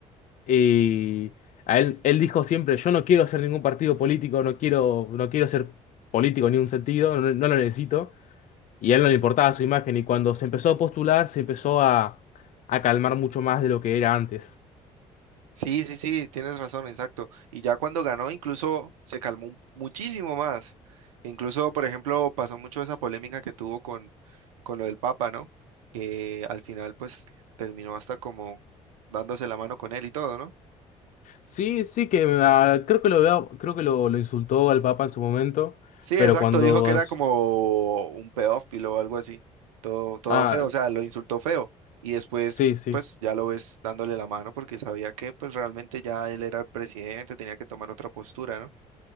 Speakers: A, on the left; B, on the right.
A: Y a él, él dijo siempre, yo no quiero hacer ningún partido político, no quiero, no quiero ser político en ningún sentido, no, no lo necesito. Y a él no le importaba su imagen y cuando se empezó a postular se empezó a, a calmar mucho más de lo que era antes.
B: Sí, sí, sí, tienes razón, exacto. Y ya cuando ganó, incluso se calmó un- muchísimo más. Incluso, por ejemplo, pasó mucho esa polémica que tuvo con, con lo del Papa, ¿no? Que al final, pues, terminó hasta como dándose la mano con él y todo, ¿no?
A: Sí, sí, que ah, creo que lo veo- creo que lo, lo insultó al Papa en su momento,
B: Sí,
A: pero
B: exacto,
A: cuando...
B: dijo que
A: as-
B: era como un pedófilo o algo así. Todo, todo
A: Ah,
B: feo, o sea, lo insultó feo. Y después,
A: sí, sí.
B: pues, ya lo ves dándole la mano porque sabía que, pues, realmente ya él era el presidente, tenía que tomar otra postura, ¿no?